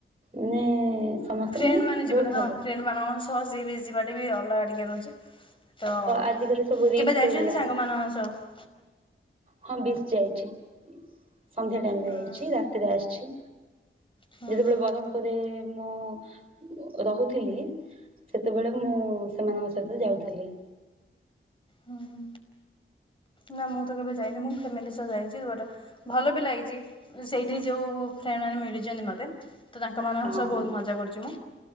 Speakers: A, on the right; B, on the left.
A: ମାନେ ସମସ୍ତେ
B: ଫ୍ରେଣ୍ଡ ମାନେ ଯିବାଟା
A: ବହୁତ
B: ହଁ
A: ଭଲ ଲାଗେ।
B: ଫ୍ରେଣ୍ଡମାନଙ୍କ ସହ ସିଏ ବି ଯିବାଟେ ବି ଅଲଗା ଟିକେ ରହୁଛି। ତ
A: ଆଜିକାଲି ସବୁ ରିକ୍ସ
B: କେବେ ଯାଇଛନ୍ତି
A: ହେଇଗଲାଣି
B: ସାଙ୍ଗମାନଙ୍କ ସହ?
A: ହଁ ବେଶ ଯାଇଛି ସନ୍ଧ୍ୟା ଟାଇମରେ
B: ହୁଁ।
A: ଯାଇଛି ରାତିରେ ଆସିଛି।
B: ହୁଁ
A: ଯେତେବେଳେ
B: ହୁଁ
A: ବ୍ରହ୍ମପୁରରେ ମୁଁ ରହୁଥିଲି ସେତେବେଳେ ମୁଁ ସେମାନଙ୍କ ସହିତ ଯାଉଥିଲି।
B: ହୁଁ ହୁଁ। ନା ମୁଁ ତ କେବେ ଯାଇନି ମୁଁ ଫ୍ୟାମିଲି ସହ ଯାଇଛି ଦୁବାଟା ଭଲ ବି ଲାଗିଚି ସେଇଠି ଯୋଉ ଫ୍ରେଣ୍ଡ ମାନେ ମିଳିଚନ୍ତି ମତେ। ତ ତାଙ୍କମାନଙ୍କ
A: ହଁ
B: ସହ ବୋହୁତ ମଜା କରୁଚି ମୁଁ।